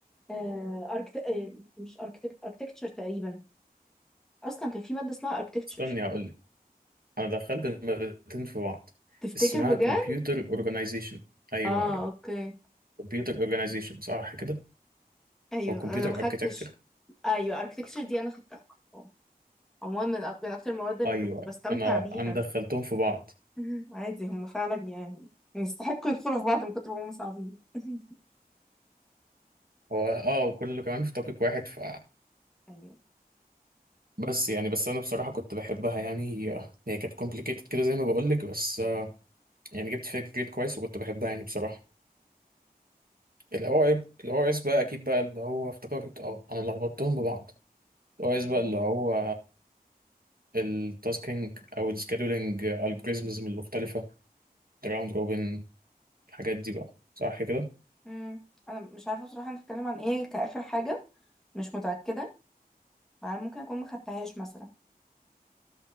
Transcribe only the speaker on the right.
استني هقول انا دخلت المادتين في بعض
اسمها
كمبيوتر اورجانيزيشن ايوه
ايوه
كمبيوتر اورجانيزيشن صح كده
او كمبيوتر
اركيتكتشر
ايوه أيوة.
انا
انا دخلتهم في بعض
هو اه وكله كمان في توبيك واحد ف
بس يعني بس انا بصراحه كنت بحبها يعني هي هي كانت كومبليكيتد كده زي ما بقول لك بس آه، يعني جبت فيها جريد كويس وكنت بحبها يعني بصراحه الاو اي الاو اس بقى اكيد بقى اللي هو افتكرت اه انا لخبطتهم ببعض الاو اس
بقى اللي هو التاسكينج او السكادولينج الجوريزمز المختلفه الراوند روبن الحاجات دي بقى صح كده